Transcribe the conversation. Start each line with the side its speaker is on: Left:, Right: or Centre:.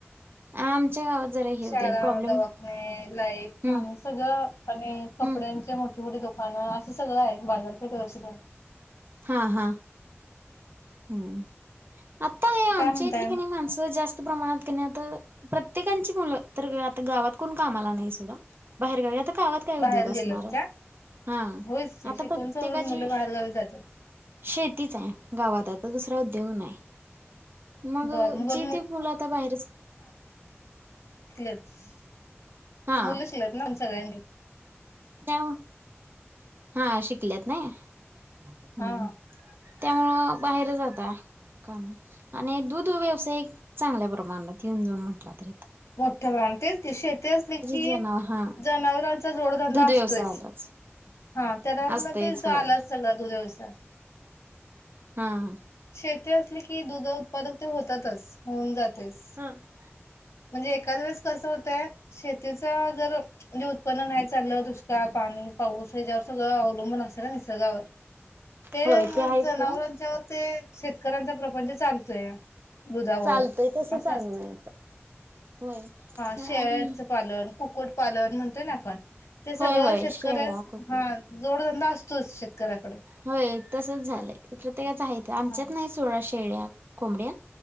Right: आम गात जरा हे
Left: शाळा
Right: होते प्रॉब्लेम
Left: दवाखने लाईट
Right: हम्म
Left: खणी सगळं आणि कपड्यांचे
Right: हम्म
Left: मोठे मोठे दोक पण असं सगळं आहे बाजारपेठे व अस आहे.
Right: हा हा. हम्म आता हे आमच्या
Left: काय म्हणताय
Right: इथली क नाही माणसं जास्त प्रमाणात आता प्रत्येकांची मुलं तर आ गावात कोण कामाला नाही सोड बाहेरगावी आता काय का
Left: बाहेर
Right: उद्योग असणार
Left: गेलत का?
Right: हा
Left: होयच की
Right: आता
Left: शिकून
Right: प्रत्येकाचे
Left: सवरून मुलं बाहेरगावी जातात.
Right: शेतीच आहे गावात आता दुसरा उद्योग नाही मग
Left: बर
Right: जेथे
Left: मुलं
Right: फूलं आता बाहेरच.
Left: श
Right: हा
Left: मुलं शिलत ना आम सगळ्यांनी.
Right: त्या हा शिकल्यात नाही ह्
Left: हा
Right: त्यामुळं बाहेर जाता. काय म्ह आणि दूध व्यवसाय चांगल्या प्रमाणात येऊन जाऊन म्हटला तरी इथ
Left: मोठ्या प्रमाणातच त शेती असले की.
Right: जनाव हा
Left: जनावरांचा जोडधंदा
Right: दूध
Left: असतोच.
Right: व्यवसायालाच
Left: हा त्याला
Right: असतयच
Left: ते
Right: होय
Left: आलंच सगळ दो दिवसा
Right: हा.
Left: शेती असली की दुध उत्पादक ते होतातच होऊन जातेस.
Right: हा
Left: म्हणजे एखकाद वेळेस कसं होतय शेतीचा जर म्हणजे प् नाही चाललं दुष्काळ पाणी पाऊस याच्यावर सगळं अवलंबून असे ना निसर्गावर ते
Right: होय
Left: मग
Right: आहेच
Left: जनावरांच्यावर
Right: खरं
Left: ते शेतकऱ्यांचा प्रपंच चालतोय. बुदावर
Right: चालतंय तसच
Left: असं
Right: आहे
Left: असत.
Right: म्हणायचं होय
Left: शेळ्याचं
Right: आणि.
Left: पालन कुक्कुट पालन म्हणतोय ना आपण ते सगळं
Right: होय होय
Left: शेतकऱ्या
Right: शेळ्या कुकरी
Left: हा जोडधंदा असतोच. शेतकऱ्याकडे
Right: होय तसच झालंय प्रत्येकाच आहे आमच्यात
Left: हा
Right: नाही सोळा शेळ्या कोंबड्या